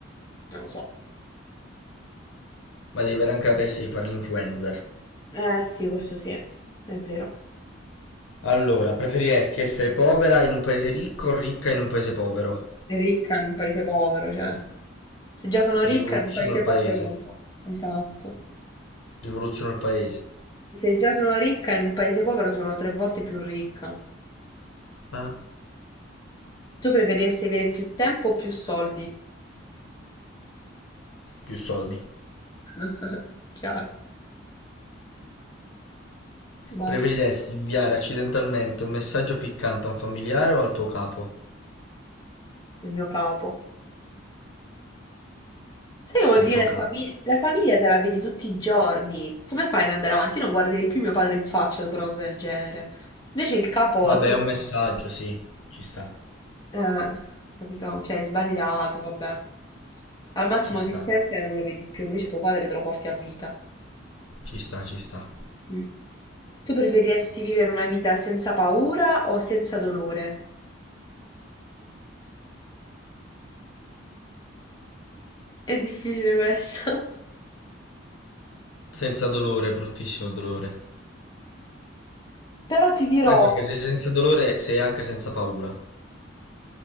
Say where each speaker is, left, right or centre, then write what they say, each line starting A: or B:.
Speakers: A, on the left; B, on the left.
A: non lo so.
B: Ma devi avere anche la testa di fare l'influencer.
A: Eh sì, questo sì, è vero.
B: Allora, preferiresti essere povera in un paese ricco o ricca in un paese povero?
A: È ricca in un paese povero, cioè. Se già sono ricca
B: Rivoluziono
A: in un paese
B: il paese.
A: povero, non so. Esatto.
B: Rivoluziono il paese.
A: Se già sono ricca in un paese povero, sono tre volte più ricca.
B: Eh?
A: Tu preferiresti avere più tempo o più soldi?
B: Più soldi.
A: <laughs> Chiaro. Vai,
B: Preferiresti inviare accidentalmente un messaggio piccante a un familiare o al tuo capo?
A: il mio capo. Sai che vuol
B: Al
A: dire
B: tuo capo.
A: la famiglia? La famiglia te la vedi tutti i giorni. Come fai ad andare avanti? Io non guarderei più mio padre in faccia dopo una cosa del genere. Invece il capo
B: Vabbè,
A: si...
B: è un messaggio, sì. Ci sta.
A: Eh, capito? Cioè, è sbagliato, vabbè. Al massimo
B: Ci sta.
A: si licenzia e non lo vedi più, invece tuo padre te lo porti a vita.
B: Ci sta, ci sta.
A: Mm. Tu preferiresti vivere una vita senza paura o senza dolore? È difficile questo.
B: Senza dolore, è bruttissimo il dolore.
A: <laughs> Però ti dirò...
B: Anche perché sei senza dolore sei anche senza paura.